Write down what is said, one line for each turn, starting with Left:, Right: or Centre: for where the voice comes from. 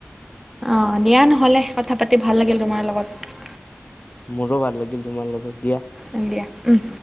Centre: অঁ দিয়া নহ'লে কথা পাতি ভাল লাগিল তোমাৰ লগত।
Left: মোৰো ভাল লাগিল তোমাৰ লগত দিয়া।
Centre: অ দিয়া উম।